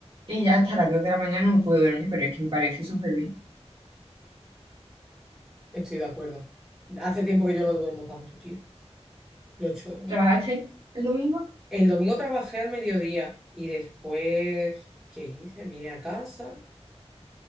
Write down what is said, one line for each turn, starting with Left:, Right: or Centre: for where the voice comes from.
Right: y ya hasta las 2 de la mañana no me pude dormir, pero es que me parece súper bien.
Centre: Estoy de acuerdo. Hace tiempo que yo no duermo tanto, tío. Lo echo de menos.
Right: ¿Trabajaste el domingo?
Centre: El domingo trabajé al mediodía y después, ¿qué hice? Vine a casa,